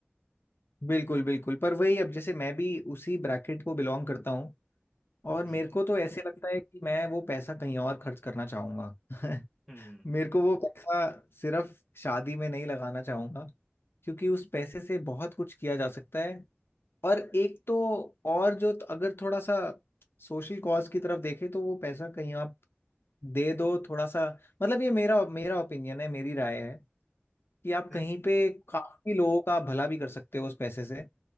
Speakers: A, on the left (about 65°); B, in the centre.
A: बिल्कुल बिल्कुल पर वही अब जैसे मैं भी उसी ब्रैकेट को बिलोंग करता हूँ और
B: जी
A: मेरे को तो ऐसे लगता है कि मैं वो पैसा कहीं और खर्च करना चाहूंगा <laughs>
B: हम्म
A: मेरे को वो पैसा सिर्फ शादी में नहीं लगाना चाहूंगा क्योंकि उस पैसे से बहुत कुछ किया जा सकता है और एक तो और जो तो अगर थोड़ा सा सोशल कॉज की तरफ देखें तो वो पैसा कहीं आप दे दो थोड़ा सा मतलब ये मेरा मेरा ओपिनियन है मेरी राय है कि आप
B: नहीं
A: कहीं पे काफी लोगों का भला भी कर सकते हो उस पैसे से